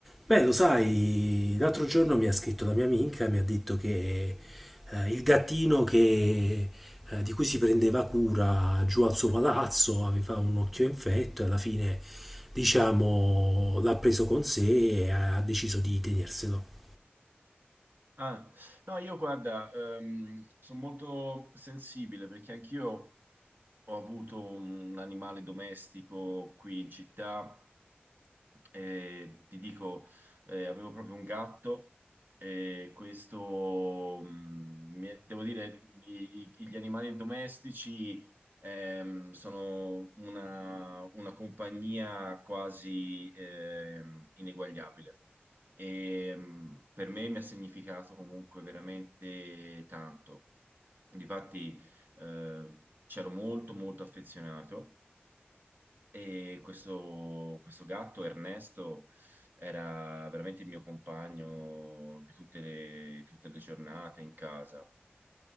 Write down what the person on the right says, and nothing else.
Ah, no, io guarda, sono molto sensibile perché anch'io ho avuto un animale domestico qui in città e ti dico, eh, avevo proprio un gatto e questo, mm, mi è- devo dire, i- i- gli animali domestici ehm, sono una, una compagnia quasi ehm, ineguagliabile e mh, per me mi ha significato comunque veramente tanto. Difatti, eh, c'ero molto molto affezionato e questo, questo gatto Ernesto era veramente il mio compagno di tutte le, tutte le giornate in casa.